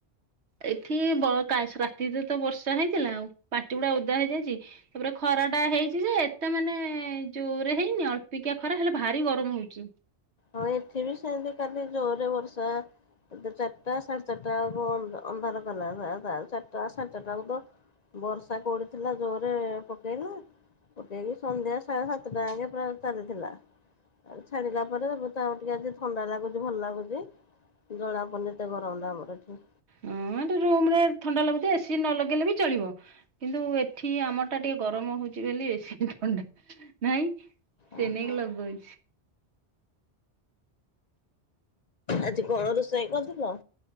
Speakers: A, on the right (about 80°); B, on the left (about 45°).
A: ଏଠି ବ କା ସ ରାତିରେ ତ ବର୍ଷା ହେଇଥିଲା ଉ ପାଟି ଗୁଡା ଓଦା ହେଇଯାଇଛି। ତାପରେ ଖରା ଟା ହେଇଛି ଯେ ଏତେ ମାନେ ଜୋରେ ହେଇନି ଅଳ୍ପିକିଆ ଖରା ହେଲେ ଭାରି ଗରମ ହଉଚି।
B: ହଁ ଏଠି ବି ସେମ୍ତି କାଲି ଜୋରରେ ବର୍ଷା ତ ଚାର୍ ଟା ସାଢେ ଚାର୍ ଟା ବକୁ ଅଂ ଅନ୍ଧାର କଲା <unintelligible> ଚାର୍ ଟା ସାଢ଼େ ଚାର୍ ଟା ବେକୁ ବର୍ଷା କୋଉଠି ଥିଲା ଜୋରେ ପକେଇଲା। ପକେଇକି ସନ୍ଧ୍ୟା ସାଢେ ସାତଟା ଆ ଏ ପୁରା ଚାଲିଥିଲା ଆଉ ଛାଡିଲା ପରେ ପ ତା ଆଉ ଟିକେ ଆଜି ଥଣ୍ଡା ଲାଗୁଛି ଭଲ ଲାଗୁଛି ଜଳା ପନି ଏତେ ଗରମଟା ଆମର ଏଠି।
A: ହୁଁ ଏଟି ରୁମ୍ ରେ ଥଣ୍ଡା ଲାଗୁଛି ଏ ସି ନ ଲଗେଇଲେ ବି ଚଳିବ। କିନ୍ତୁ ଏଠି ଆମ ଟା ଟିକେ ଗରମ ହଉଛି ବେଲି ଏ ସି <unintelligible> ଥଣ୍ଡା ନାଇଁ। ସେ
B: ଓହୋ
A: ନେଇଗଲା ଗଇ
B: ଆଜି କଣ ରୋଷେଇ କରିଥିଲ?